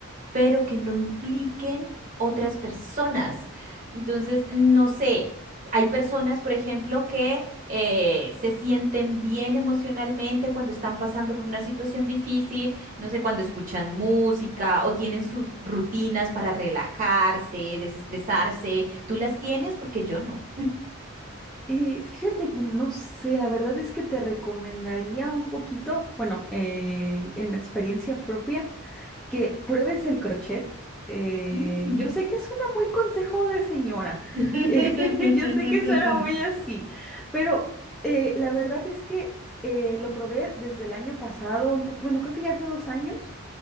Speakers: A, on the right; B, in the centre.
A: pero que no impliquen otras personas. Entonces, no sé. Hay personas, por ejemplo, que eh, se sienten bien emocionalmente cuando están pasando por una situación difícil, no sé, cuando escuchan música o tienen sus rutinas para relajarse, desestresarse. ¿Tú las tienes? Porque yo no.
B: Eh, fíjate, que no sé, la verdad es que te recomendaría un poquito, bueno, eh, en experiencia propia que pruebes el crochet. Eh,
A: Mm.
B: yo sé que suena muy consejo de señora,
A: <laughs>
B: <laughs> eh, yo sé que suena muy así, pero eh, la verdad es que eh, lo probé desde el año pasado, un poco, bueno, creo que ya hace dos años,